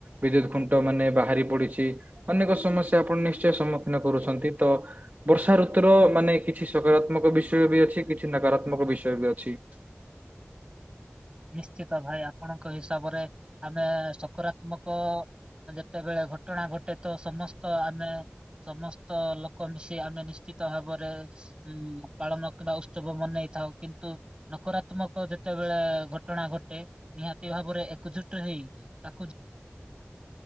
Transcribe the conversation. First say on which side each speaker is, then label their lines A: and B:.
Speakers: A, on the right; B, on the right.
A: ବିଦ୍ୟୁତ ଖୁଣ୍ଟ ମାନେ ବାହାରି ପଡିଛି ଅନେକ ସମସ୍ୟା ଆପଣ ନିଶ୍ଚୟ ସମ୍ମୁଖୀନ କରୁଛନ୍ତି ତ। ବର୍ଷା ଋତୁର ମାନେ କିଛି ସକାରାତ୍ମକ ବିଷୟ ବି ଅଛି କିଛି ନକାରାତ୍ମକ ବିଷୟ ବି ଅଛି।
B: ନିଶ୍ଚିତ ଭାଇ ଆପଣଙ୍କ ହିସାବରେ ଆମେ ସକାରାତ୍ମକ। ଯେତେବେଳେ ଘଟଣା ଘଟେ ତ ସମସ୍ତ ଆମେ ସମସ୍ତ ଲୋକ ମିଶି ଆମେ ନିଶ୍ଚିତ ଭାବରେ। ଉଁ ପାଳନ କିମ୍ବା ଉତ୍ସବ ମନେଇଥାଉ କିନ୍ତୁ ନକରାତ୍ମକ ଯେତେବେଳେ ଘଟ ଘଟଣା ଘଟେ ନିହାତି ଭାବରେ ଏକଜୁଟ ହେଇ ତାକୁ।